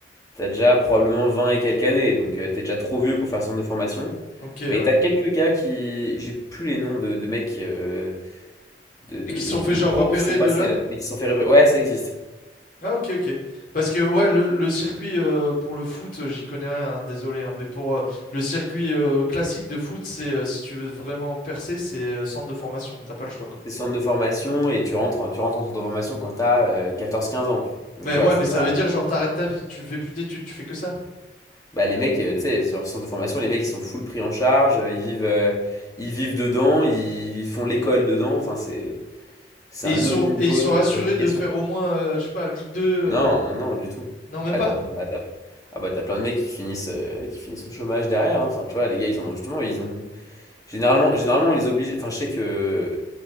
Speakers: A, on the left; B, on the left.
A: t'as déjà probablement 20 et quelques années. Donc, euh, t'es déjà trop vieux pour faire centre de formation.
B: Ok,
A: Mais
B: ouais.
A: t'as quelques gars qui. J'ai plus les noms de, de mecs, euh, de,
B: Mais
A: de,
B: qui
A: de,
B: se sont
A: de
B: fait genre
A: pros
B: repérer
A: qui sont passés
B: de là?
A: là, mais qui se sont fait. répré- Ouais, ça existe.
B: Ah, ok, ok. Parce que ouais, le, le circuit euh, pour le foot, euh, j'y connais rien, hein, désolé, hein, mais pour euh, le circuit euh, classique de foot, c'est euh, si tu veux vraiment percer, c'est euh, centre de formation. T'as pas le choix, quoi.
A: C'est centre de formation et tu rentres, en- tu rentres en centre de formation quand t'as euh, quatorze quinze ans. Donc,
B: Mais
A: tu
B: ouais,
A: vois, c'est
B: mais ça
A: pas.
B: veut dire genre t'arrêtes ta vie, tu fais plus d'études, tu fais que ça.
A: Bah, les mecs, euh, tu sais, sur centre de formation, les mecs, ils sont full pris en charge, euh, ils vivent, euh, ils vivent dedans, ils font l'école dedans. Enfin, c'est. C'est
B: Et
A: un
B: ils sont,
A: autre niveau
B: et ils sont
A: de-
B: assurés
A: d'implication.
B: de faire au moins, euh, je sais pas, Ligue 2,
A: Non, non, non, du tout.
B: Non, même
A: Ah,
B: pas.
A: t'as, bah, t'as- ah, bah, t'as plein de mecs qui finissent, euh, qui finissent au chômage derrière. hein. Enfin, tu vois, les gars, ils ont justement, ils ont. Généralement, généralement, on les oblige. Enfin, je sais que